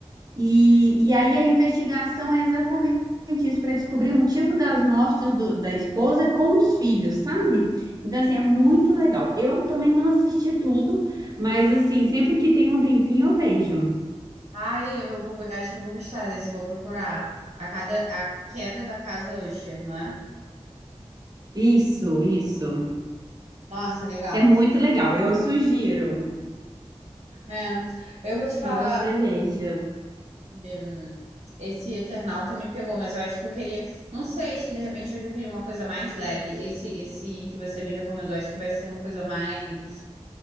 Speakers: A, on the right (about 35°); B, on the right (about 85°).
A: E, e aí a investigação é exatamente isso, para descobrir o motivo das mortes do- da esposa com os filhos, sabe? Então, assim, é muito legal. Eu também não assisti tudo, mas, assim, sempre que tem um tempinho eu vejo.
B: Ah, eu eu vou, go- acho que eu vou gostar desse, vou procurar. A, cada, a queda da casa Usher, não é?
A: Isso, isso.
B: Nossa, legal.
A: É muito legal. Eu sugiro
B: É, eu vou te falar,
A: que você veja.
B: hum, esse Eternauta me pegou, mas eu acho que eu queria, não sei, acho que de repente hoje eu queria uma coisa mais leve. Esse, esse que você me recomendou, acho que vai ser uma coisa mais,